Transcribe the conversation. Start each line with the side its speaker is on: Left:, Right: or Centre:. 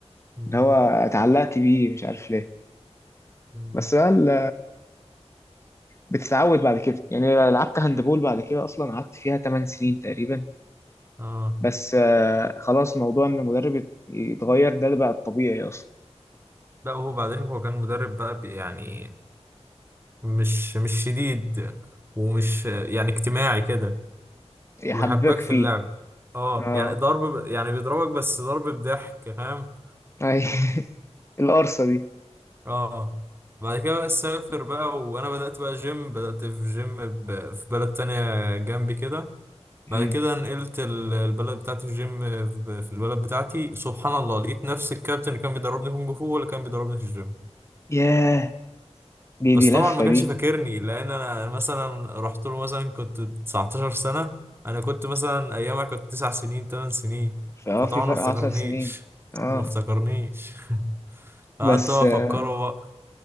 Right: مم.
Left: اللي هو اتعلقت بيه مش عارف ليه
Right: مم.
Left: بس بقى ال- بتتعود بعد كده يعني لعبت هاندبول بعد كده اصلا قعدت فيها 8 سنين تقريبا
Right: اه
Left: بس آه، خلاص موضوع ان المدرب يت- يتغير ده بقى الطبيعي اصلا
Right: لا هو بعدين هو كان مدرب بقى بي- يعني مش مش شديد ومش يعني اجتماعي كده
Left: يحببك
Right: وبيحبك في
Left: فيه
Right: اللعب اه
Left: اه
Right: يعني ضرب ب- يعني بيضربك بس ضرب بضحك فاهم
Left: اي <laughs> القرصة
Right: اه بعد كده بقى سافر بقى وانا بدأت بقى جيم بدأت في جيم ب- في بلد تانية جنبي كده
Left: دي
Right: بعد كده نقلت ال- البلد بتاعتي في جيم ب- في البلد بتاعتي سبحان الله لقيت نفس الكابتن اللي كان بيدربني كونج فو هو اللي كان بيدربني في الجيم
Left: ياه دي
Right: بس
Left: دي لفة
Right: طبعا ما كانش
Left: دي
Right: فاكرني لان انا مثلا رحت له مثلا كنت 19 سنة انا كنت مثلا ايامها كنت 9 سنين 8 سنين
Left: فاه
Right: فطبعا
Left: في فرق
Right: ما افتكرنيش
Left: عشر سنين اه
Right: ما افتكرنيش <laughs> قعدت
Left: بس
Right: بقى
Left: آه،
Right: افكره بقى